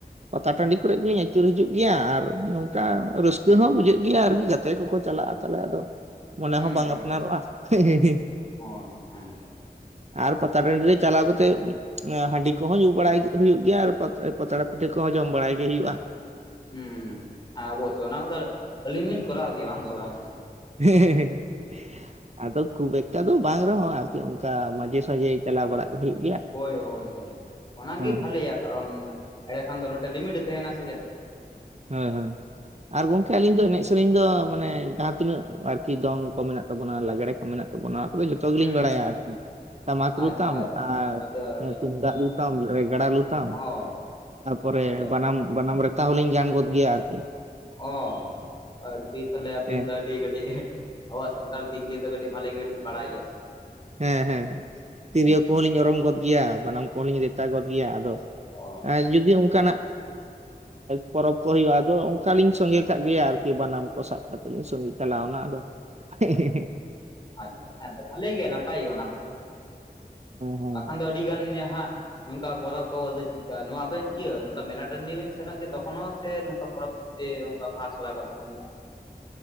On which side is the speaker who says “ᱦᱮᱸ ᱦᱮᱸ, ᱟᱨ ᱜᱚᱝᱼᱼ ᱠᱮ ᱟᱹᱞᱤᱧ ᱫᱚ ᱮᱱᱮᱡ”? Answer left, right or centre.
Right